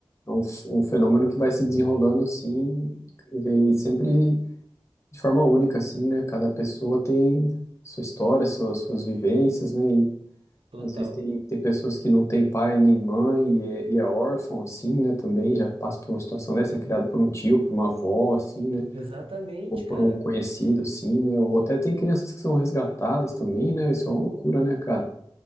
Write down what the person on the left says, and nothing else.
é um, f- um fenômeno que vai se desenrolando assim, e sempre de forma única, assim, né? Cada pessoa tem sua história, suas, suas vivências, né? E
às vezes tem, tem pessoas que não têm pai nem mãe e é, e é órfão, assim, né? Também já passa por uma situação dessa, é criado por um tio, por uma avó, assim, né?
Ou por
um conhecido, assim, né? Ou até tem crianças que são resgatadas também, né? Isso é uma loucura, né, cara?